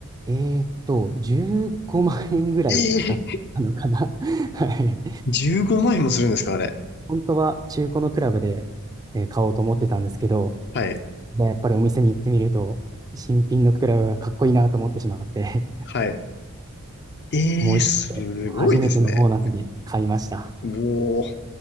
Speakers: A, on the right (about 15°); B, on the left (about 50°).
A: えーっと、15万円ぐらいかかったのかな。
B: ええ
A: <laughs> はい。
B: 15万円もするんですかあれ。
A: 本当は中古のクラブで、えー買おうと思ってたんですけど、
B: はい。
A: でやっぱりお店に行ってみると、新品のクラブがかっこいいなと思ってしまって、
B: はい。
A: <laughs>
B: ええすごいですね。
A: 思い切って初めてのボーナスに買いました。
B: おー。